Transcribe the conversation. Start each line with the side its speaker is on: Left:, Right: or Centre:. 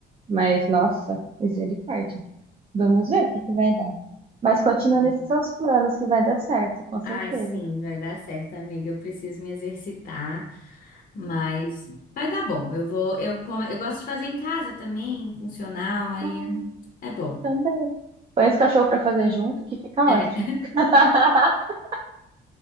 Right: mas nossa, misericórdia. Vamos ver o que que vai dar. Mas continua
Left: Uhum.
Right: nesses seus planos que vai dar certo, com certeza.
Left: Ai, sim, vai dar certo, amiga. Eu preciso me exercitar. Mas vai dar bom. Eu vou, eu como, eu gosto de fazer em casa também, funcional, aí
Right: Hum,
Left: é bom.
Right: também. Põe esse cachorro pra fazer junto que fica
Left: É,
Right: ótimo. <laughs>